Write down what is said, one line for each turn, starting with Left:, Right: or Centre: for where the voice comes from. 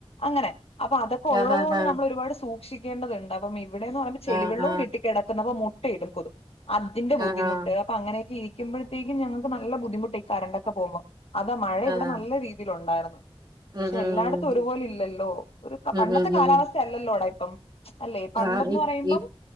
Left: അങ്ങനെ അപ്പൊ അതൊക്കെ ഉള്ളത്
Right: ആഹ് ആഹ് ആഹ്
Left: കൊണ്ട് നമ്മൾ ഒരുപാട് സൂക്ഷിക്കേണ്ടതുണ്ട് അപ്പം ഇവിടെയന്ന് പറയുമ്പോ ചെളിവെള്ളവും
Right: ആഹ് ആഹ്
Left: കെട്ടിക്കട മുട്ട ഇടും കൊതും അതിന്റെ ബുദ്ധിമുട്ട്
Right: ആഹ് ആഹ് ആഹ് ആഹ് ആഹ്
Left: അപ്പ അങ്ങനെയൊക്കെ ഇരിക്കുംമ്പഴത്തേക്കുംഞൾക്ക് നല്ല ബുദ്ധിമുട്ട കരണ്ടൊക്കെ പോകുമ്പം. അതാ മഴ ഇവിടെ
Right: ആഹ്
Left: നല്ല രീതിൽ ഉണ്ടായിരുന്നു. പക്ഷേ
Right: ഉം ഉം
Left: എല്ലായിടത്തും ഒരുപോലെ ഇല്ലല്ലോ ഒരു
Right: ഉം
Left: പണ്ടത്തെ
Right: ഉം
Left: കാലാവസ്ഥ
Right: ഉം
Left: അല്ലല്ലോടാ ഇപ്പം. അല്ലേ പണ്ടന്ന്
Right: ആഹ് ഇ
Left: പറയുമ്പം
Right: ഇ